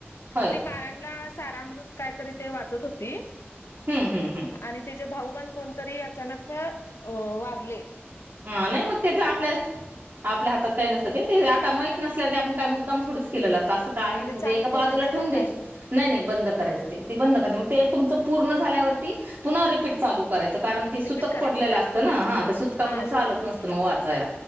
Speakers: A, on the right (about 45°); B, on the left (about 80°).
A: होय
B: ती पाऱ्यांला सारामृत काय तरी ते वाचत होती
A: हम्म हम्म हम्म
B: आणि त्या भाऊ ब कोणतरी अचानक वारले
A: हा नाही मग त्याच आपल्या आपल्या हातात काही नसतं ते ते आता मा नसल्या तर आप का मुद्दाम थोडीच केलं असते ं काही
B: मग
A: नस
B: चालू
A: ते एका बाजूला
B: ठेवायचं
A: ठेवून
B: का
A: द्यायची
B: काय?
A: नाही नाही बंद करायचं ते बंद करायच मग ते तुमचं झाल्या्हापी करायणतक
B: रिपीट करायचं
A: पड
B: काय?
A: असत चालत
B: हा सुतक
A: नसत मग वाचाय